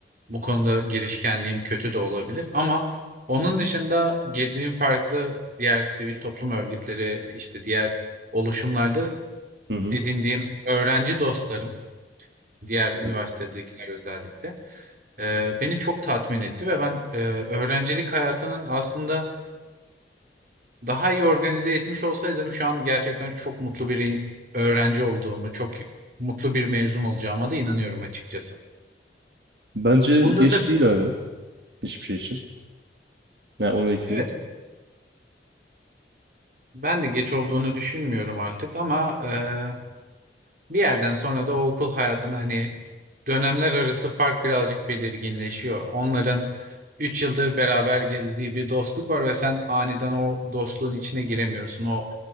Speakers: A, on the right (about 50°); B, on the right (about 70°).
A: bu konuda girişkenliğim kötü de olabilir ama onun dışında girdiğim farklı diğer sivil toplum örgütleri işte diğer oluşumlarda
B: Hı hı.
A: edindiğim öğrenci dostlarım diğer
B: Evet.
A: üniversitedekiler özellikle e, beni çok tatmin etti ve ben e, öğrencilik hayatının aslında daha iyi organize etmiş olsaydım şu an gerçekten çok mutlu bir öğrenci olduğumu, çok mutlu bir mezun olacağıma da inanıyorum açıkçası.
B: Bence
A: Bunda
B: geç
A: tabii
B: değil hala hiçbir şey için. Ya onu ekleyeyim.
A: evet ben de geç olduğunu düşünmüyorum artık ama e, bir yerden sonra da o okul hayatında hani dönemler arası fark birazcık belirginleşiyor. Onların 3 yıldır beraber geldiği bir dostluk var ve sen aniden o dostluğun içine giremiyorsun. O